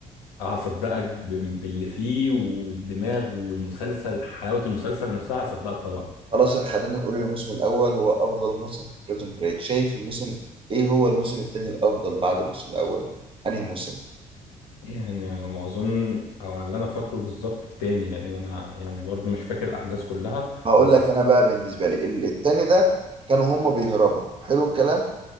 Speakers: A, on the left; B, on the right.
A: هصدقك ب- باللي فيه والدماغ والمسلسل حلاوة المسلسل نفسها هصدقك طبعا
B: خلاص خلينا نقول الموسم الأول هو أفضل موسم في بريزون بريك شايف الموسم إيه هو الموسم التاني الأفضل بعد الموسم الأول أنهي موسم
A: يعني على ما اظن او على اللي انا فاكره بالظبط التاني لان انا يعني برضو مش فاكر الاحداث كلها
B: هقول
A: بس
B: لك أنا بقى بالنسبة لي ال- التاني ده كانوا هما بيهربوا حلو الكلام